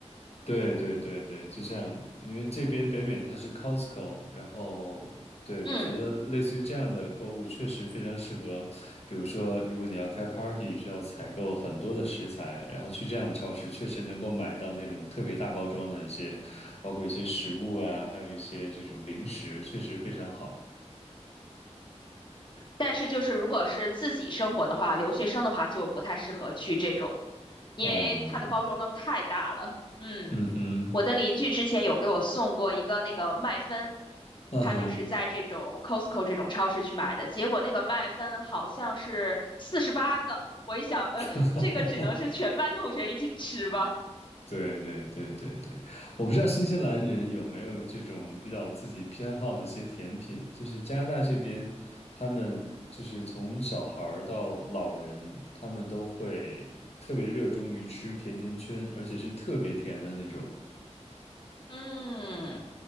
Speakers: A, on the left (about 60°); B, on the left (about 40°).
A: 对对对对，就像因为这边北美它是 Costco，然后对我觉得类似于这样的购物确实非常适合，
B: 嗯，
A: 比如说如果你要开 party，需要采购很多的食材，然后去这样的超市确实能够买到那种特别大包装的一些，包括一些食物啊，还有一些这种零食，确实非常好。
B: 但是就是如果是自己生活的话，留学生的话就不太适合去这种，因为它的包装都太大了。
A: 嗯
B: 嗯，
A: 嗯哼
B: 我的邻居之前有给我送过一个那个麦芬，
A: 嗯哼。
B: 他就是在这种 Costco 这种超市去买的，结果那个麦芬好像是四十八个，我一想，呃，
A: <laughs>
B: 这个只能是全班同学一起吃吧。
A: 对对对对对，我不知道新西兰人有没有这种比较自己偏好的一些甜品，就是加拿大这边，他们就是从小孩儿到老人，他们都会特别热衷于吃甜甜圈，而且是特别甜的那种。
B: 嗯，